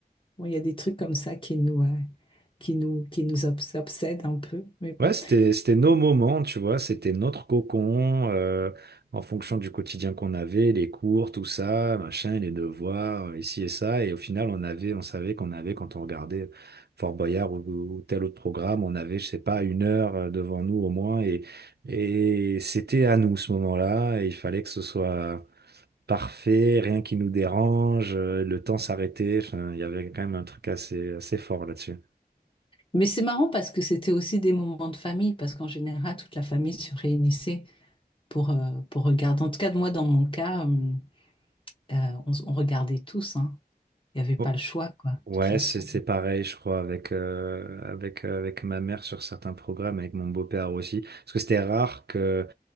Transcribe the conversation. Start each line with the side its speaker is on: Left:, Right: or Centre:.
Left: bon, il y a des trucs comme ça qui nous, euh, qui nous, qui nous obs- obsèdent un peu. Mais bon.
Right: Ouais, c'était, c'était nos moments, tu vois, c'était notre cocon, euh, en fonction du quotidien qu'on avait, les cours, tout ça, machin, les devoirs, euh, ici et ça. Et au final, on avait, on savait qu'on avait, quand on regardait Fort Boyard ou, ou tel autre programme, on avait, je sais pas, une heure euh, devant nous au moins. Et, et c'était à nous ce moment-là. Et il fallait que ce soit parfait, rien qui nous dérange, euh, le temps s'arrêtait. Enfin, il y avait quand même un truc assez, assez fort là-dessus.
Left: Mais c'est marrant parce que c'était aussi des moments de famille, parce qu'en général, toute la famille se réunissait pour, euh, pour regarder. En tout cas, moi, dans mon cas, euh, euh, on, s- on regardait tous, hein. Il n'y avait pas
Right: Oh.
Left: le choix, quoi, de
Right: Ouais,
Left: toute façon.
Right: c'est c'est pareil, je crois, avec, euh, avec, euh, avec ma mère sur certains programmes, avec mon beau-père aussi. Parce que c'était rare que,